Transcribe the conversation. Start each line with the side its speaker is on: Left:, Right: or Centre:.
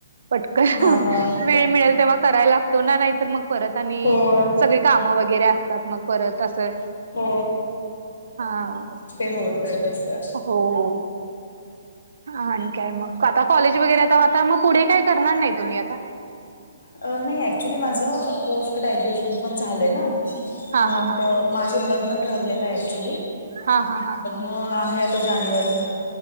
Right: पटकन
Left: हा हा
Right: वेळ मिळेल तेव्हा करायला लागतो ना नाहीतर मग परत आणि
Left: होय
Right: काम वगैरे असतात मग परत असं
Left: हो
Right: हा
Left: ते होत आहे तसं
Right: हो आणि काय मग आता कॉलेज वगैरे तर आता मग पुढे काय करणार नाही तुम्ही आता
Left: नाही ऍक्च्युली माझ पोस्ट ग्राज्युएशन पण झालंय ना
Right: हा
Left: मग
Right: हा हा
Left: माझ लग्रक्चुली
Right: हा हा हा
Left: आहे आता जानेवारी म